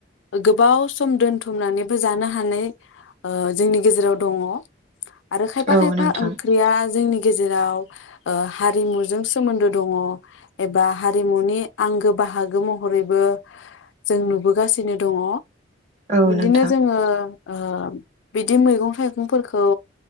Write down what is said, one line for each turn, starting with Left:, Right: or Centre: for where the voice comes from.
Left: गोबाव सम दोनथुमनानैबो जानो हानाय ओ जोंनि गेजेराव दङ। आरो खायफा
Right: औ
Left: खायफा
Right: नोंथां
Left: ओं दा जोंनि गेजेराव ओ हारिमुजों सोमोन्दो दङ एबा हारिमुनि आंगो बाहागो महरैबो जों नुबोगासिनो दङ।
Right: औ
Left: बिदिनो
Right: नोंथां
Left: जोङो ओ बिदि मैगं थाइगंफोरखौ